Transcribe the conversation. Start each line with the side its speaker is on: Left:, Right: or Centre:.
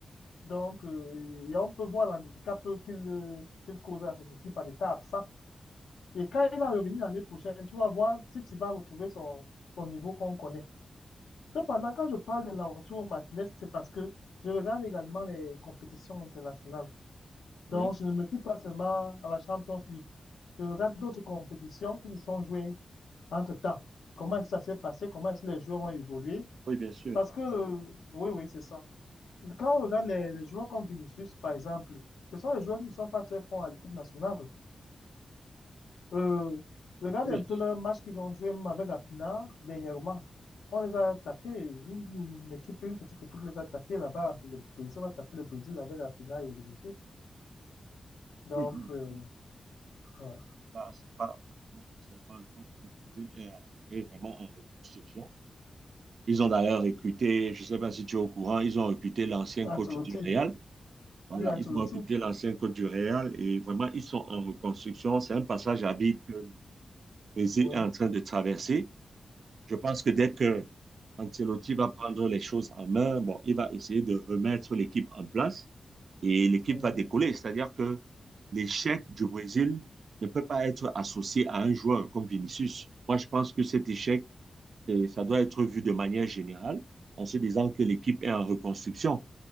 Left: Donc, euh, et on peut voir l'handicap qu'il euh, qu'il cause à son équipe en état absent. Et quand il va revenir l'année prochaine, tu vas voir si tu vas retrouver son, son niveau qu'on connaît. Cependant, quand je parle de Lautaro Martinez, c'est parce que je regarde également les compétitions internationales. Donc,
Right: oui,
Left: je ne me fie pas seulement à la Champions League. Je regarde d'autres compétitions qui se sont jouées entre-temps. Comment ça s'est passé? Comment est-ce que les joueurs ont évolué?
Right: oui, bien sûr.
Left: Parce que, le- oui, oui, c'est ça. Quand on regarde les, les joueurs comme Vinicius, par exemple, ce sont les joueurs qui ne sont pas très forts à l'équipe nationale. Euh, regarde
Right: Oui,
Left: un peu le match qu'ils ont joué même avec la finale dernièrement. On les a tapés. Une, une équipe, une petite équipe les a tapés là-bas. Le Brésil a tapé le Brésil avec la finale et Vinicius. Donc,
Right: oui, oui.
Left: euh, ouais.
Right: Là, c'est pas, enfin, moi, personnellement, je pense que le Brésil est, en- est vraiment en reconstruction. Ils ont d'ailleurs recruté, je ne sais pas si tu es au courant, ils ont recruté l'ancien coach
Left: Ancelotti.
Right: du Real. Voilà,
Left: Oui, Ancelotti.
Right: ils ont recruté l'ancien coach du Real et vraiment, ils sont en reconstruction. C'est un passage à vide que le Brésil
Left: Oui.
Right: est en train de traverser. Je pense que dès que Ancelotti va prendre les choses en main, bon, il va essayer de remettre l'équipe en place et l'équipe
Left: Mhm.
Right: va décoller. C'est-à-dire que l'échec du Brésil ne peut pas être associé à un joueur comme Vinicius. Moi, je pense que cet échec, euh, ça doit être vu de manière générale en se disant que l'équipe est en reconstruction.